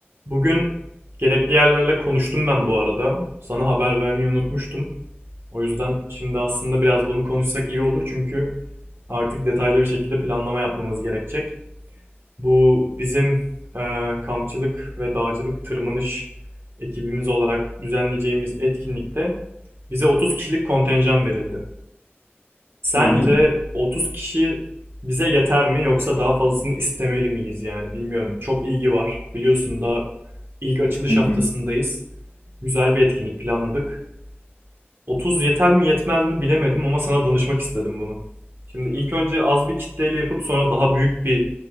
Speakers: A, on the right; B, on the left.
A: Bugün gerekli yerlerle konuştum ben bu arada. Sana haber vermeyi unutmuştum. O yüzden şimdi aslında biraz bunu konuşsak iyi olur çünkü artık detaylı bir şekilde planlama yapmamız gerekecek. Bu bizim e, kampçılık ve dağcılık tırmanış ekibimiz olarak düzenleyeceğimiz etkinlikte bize 30 kişilik kontenjan verildi. Sence
B: Hı hı,
A: 30 kişi bize yeter mi yoksa daha fazlasını istemeli miyiz yani bilmiyorum. Çok ilgi var. Biliyorsun daha ilk açılış
B: hı
A: haftasındayız.
B: hı,
A: Güzel bir etkinlik planladık. 30 yeter mi yetmez mi bilemedim ama sana danışmak istedim bunu. Şimdi ilk önce az bir kitleyle yapıp sonra daha büyük bir